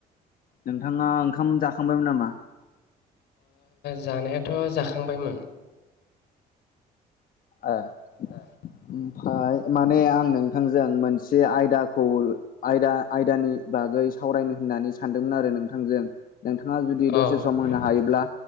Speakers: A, on the left; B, on the left.
A: नोंथाङा ओंखाम जाखांबायमोन नामा
B: जानायाथ' जाखांबायमोन
A: आ
B: आ
A: ओमफाय माने आं नोंथांजों मोनसे आयदाखौ आयदा आयदानि बागै सावरायनो होन्नानै सानदोंमोन आरो नोंथांजों नोंथाङा जुदि
B: ओ अ नोंथाङा आंजों
A: दसे सम होनो हायोब्ला
B: दसे सम